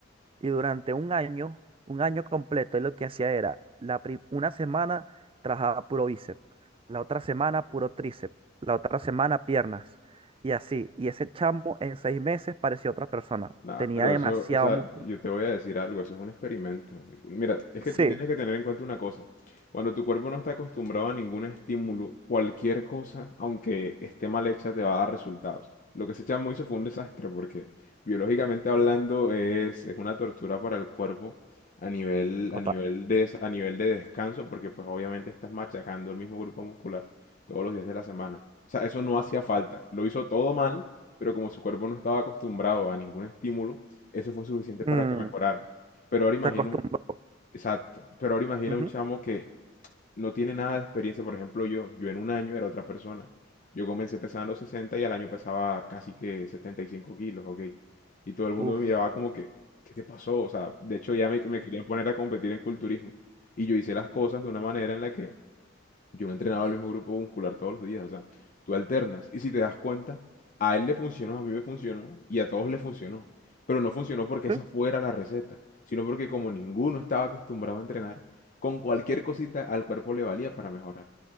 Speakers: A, on the right; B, on the left.
A: y durante un año, un año completo, él lo que hacía era, la pri- una semana trabajaba puro bíceps, la otra semana puro tríceps, la otra semana piernas, y así. Y ese chamo en seis meses parecía otra persona.
B: Nah,
A: Tenía
B: pero
A: demasiado
B: eso, o sea,
A: músculo.
B: yo te voy a decir algo, eso es un experimento. Mira, es que
A: Sí,
B: tú tienes que tener en cuenta una cosa. Cuando tu cuerpo no está acostumbrado a ningún estímulo, cualquier cosa, aunque esté mal hecha, te va a dar resultados. Lo que ese chamo hizo fue un desastre porque biológicamente hablando es, es una tortura para el cuerpo a nivel,
A: Total.
B: a nivel de, des- a nivel de descanso porque pues obviamente estás machacando el mismo grupo muscular todos los días de la semana. O sea, eso no hacía falta. Lo hizo todo mal pero como su cuerpo no estaba acostumbrado a ningún estímulo, eso fue suficiente
A: mm,
B: para que mejorara. Pero ahora imagino
A: Se acostumbra
B: un, exacto, pero ahora imagina
A: ujú,
B: un chamo que no tiene nada de experiencia, por ejemplo yo, yo en un año era otra persona. Yo comencé pesando 60 y al año pesaba casi que 75 kilos, ok. Y todo el mundo
A: Uf,
B: me miraba como que, ¿qué te pasó? O sea, de hecho ya me, me querían poner a competir en culturismo. Y yo hice las cosas de una manera en la que yo no entrenaba el mismo grupo muscular todos los días, o sea, tú alternas. Y si te das cuenta, a él le funcionó, a mí me funcionó y a todos le funcionó. Pero no funcionó porque
A: sí.
B: esa fuera la receta, sino porque como ninguno estaba acostumbrado a entrenar, con cualquier cosita al cuerpo le valía para mejorar.